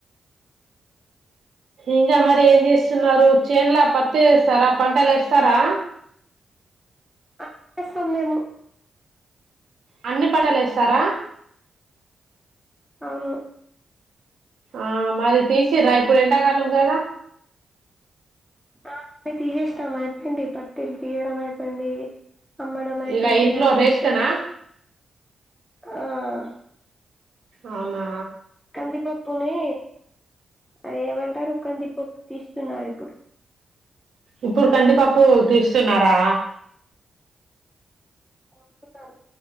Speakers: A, on the right (about 70°); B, in the centre.
A: ఇంకా మరి ఏం చేస్తున్నారు చేన్లో పత్తి వేస్తారా పంటలు వేస్తారా
B: అన్ని చేస్తాం మేము
A: అన్ని పంటలు వేస్తారా
B: అవును
A: ఆ మరి తీసిర్ర ఇప్పుడు ఎండాకాలం కదా
B: ఆ అ తీసేసాం అయిపోయింది పత్తిలు తీయడం అయిపోయింది అమ్మడం అయిపోయింది
A: ఇక ఇంట్లో
B: అన్నీ
A: రేస్టేనా
B: అయిపోయింది ఆ
A: అవునా
B: కందిపప్పు పప్పుని అదేమంటారు కంది పప్పు తీస్తున్నారు ఇప్పుడు
A: ఇప్పుడు కందిపప్పు తీస్తున్నారా
B: కొడుతుంటారు